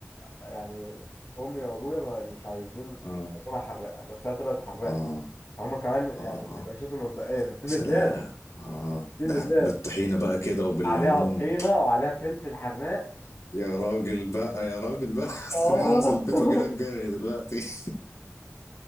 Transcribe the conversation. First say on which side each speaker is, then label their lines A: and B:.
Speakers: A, on the left; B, on the left.
A: يعني امي وابويا ما- مش عايزين
B: اه
A: مش عايزين احرقها بس هي طلعت حراقه
B: اه
A: فهم كمان
B: اه
A: يعني سندوتشاتهم متبقيه ففي
B: يا سلام
A: بالزياده
B: اه
A: في
B: ده
A: بالزياده
B: بالطحينه بقى كده وبالليمون
A: عليها طحينه وعليها فلفل حراق
B: يا راجل بقى يا راجل بقى <laughs>
A: اه
B: خليني انزل البيت
A: <laughs>
B: واجي لك جري دلوقتي <laughs>